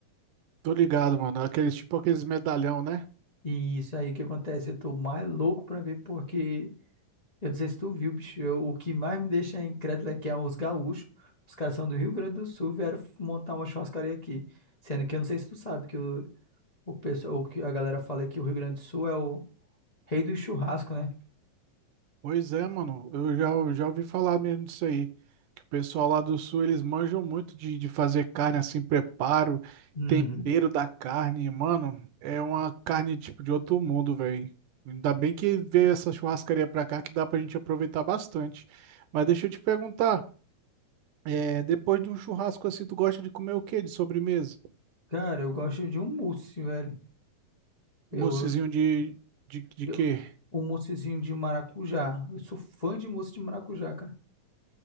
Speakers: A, on the right (about 75°); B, on the left (about 85°).
A: Tô ligado, mano. Aqueles tipo aqueles medalhão, né?
B: E isso aí que acontece, eu tô mais louco pra ver, porque eu não sei se tu viu, bicho, eu- o que mais me deixa incrédulo é que é os gaúchos, os caras são do Rio Grande do Sul, vieram f- montar uma churrascaria aqui, sendo que eu não sei se tu sabe que o, o pessoal, o que a galera fala é que o Rio Grande do Sul é o rei do churrasco, né?
A: Pois é, mano. Eu já, eu já ouvi falar mesmo disso aí. Que o pessoal lá do sul, eles manjam muito de, de fazer carne assim, preparo,
B: Uhum.
A: tempero da carne. Mano, é uma carne tipo de outro mundo, velho. Ainda bem que veio essa churrascaria pra cá que dá pra gente aproveitar bastante. Mas deixa eu te perguntar, é, depois de um churrasco assim, tu gosta de comer o quê de sobremesa?
B: Cara, eu gosto de um mousse, velho. Eu,
A: Moussezinho de, de, de
B: eu,
A: quê?
B: um moussezinho de maracujá. Eu sou fã de mousse de maracujá, cara.